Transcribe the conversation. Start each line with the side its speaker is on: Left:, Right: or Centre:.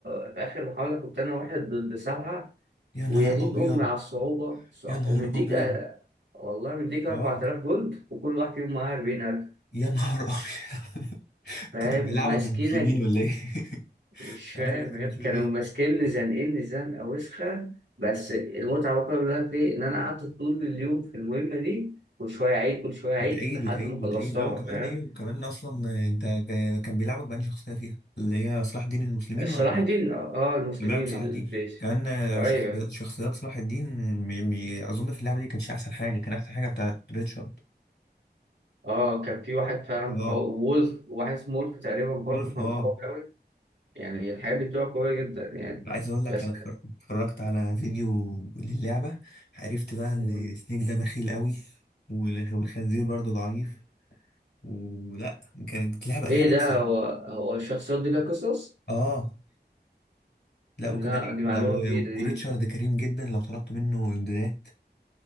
Right: آه، في اخر محاوله كنت انا واحد ضد سبعه
Left: يا
Right: ويا
Left: نهار
Right: دين
Left: ابيض
Right: امي على الصعوبه صع-
Left: يا نهار
Right: ومديك
Left: ابيض
Right: آه، والله مديك 4000
Left: اه
Right: جولد وكل واحد فيهم معاه 40000
Left: يا نهار ابيض <laughs>
Right: فاهم
Left: انت كان بيلعبك
Right: ماسكينك
Left: بالمسلمين ولا ايه <laughs>
Right: مش
Left: مش
Right: فاهم
Left: عارف انا
Right: يعني
Left: في
Right: كانوا
Left: ايه
Right: ماسكيني زنقيني زنقه وسخه بس المتعه بقى كلها في إيه؟ ان انا قعدت طول اليوم في المهمه دي كل شويه عيد كل شويه عيد
Left: وتعيد
Right: لحد
Left: وتعيد
Right: ما خلصتها
Left: وتعيد لو كمان
Right: فاهم
Left: ايه وكمان اصلا آه، انت ك- كان بيلعبك بأنهي شخصيه فيها اللي هي صلاح الدين المسلمين
Right: صلاح
Left: ولا
Right: الدين اه آه، المسلمين
Left: كان بيلعبك بصلاح
Right: البيت
Left: الدين كان آه،
Right: ايوه
Left: شخص... شخصيات صلاح الدين آه، م... م... اظن في اللعبه دي كانش احسن حاجه كان احسن حاجه بتاعت ريتشارد
Right: اه كان في واحد فعلا
Left: اه
Right: قوي وولف واحد اسمه وولف تقريبا برضه
Left: وولف
Right: كان
Left: اه
Right: قوي قوي يعني الحاجات دي بتبقى قوية جدا يعني
Left: عايز اقول لك
Right: بس
Left: انا اتفر- اتفرجت على فيديو للعبه عرفت بقى ان
Right: مم.
Left: سنيك ده بخيل قوي وال- والخنزير برضه ضعيف ولا كانت لعبه لعبه
Right: ايه ده
Left: بس-
Right: هو هو الشخصيات دي لها قصص؟
Left: اه لا
Right: لا
Left: وكمان ايه
Right: دي معلومة
Left: لو
Right: جديدة
Left: وريتشارد
Right: دي
Left: كريم جدا لو طلبت منه امدادات